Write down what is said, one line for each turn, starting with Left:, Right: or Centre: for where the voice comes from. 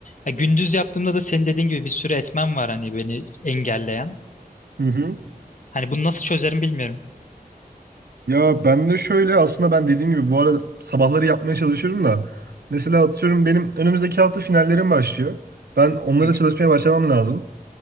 Left: ya gündüz yaptığımda da senin dediğin gibi bir sürü etmen var hani beni engelleyen.
Right: Hı hı.
Left: Hani bunu nasıl çözerim bilmiyorum.
Right: Ya ben de şöyle aslında ben dediğim gibi bu arada sabahları yapmaya çalışıyorum da mesela atıyorum benim önümüzdeki hafta finallerim başlıyor. Ben onlara
Left: Hı hı.
Right: çalışmaya başlamam lazım.